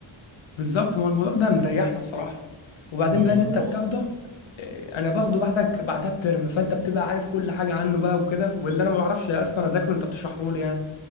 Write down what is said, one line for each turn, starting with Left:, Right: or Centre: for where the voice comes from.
Left: بالظبط ما هو الموضوع ده مريحنا بصراحة وبعدين
Right: أمم،
Left: بقى اللي انت
Right: لا
Left: بتاخده
Right: هو-
Left: آه، انا باخده بعدك بعدها بترم فانت بتبقى عارف كل حاجة عنه بقى وكده واللي انا ما بعرفش اصلا اذاكره انت بتشرحه لي يعني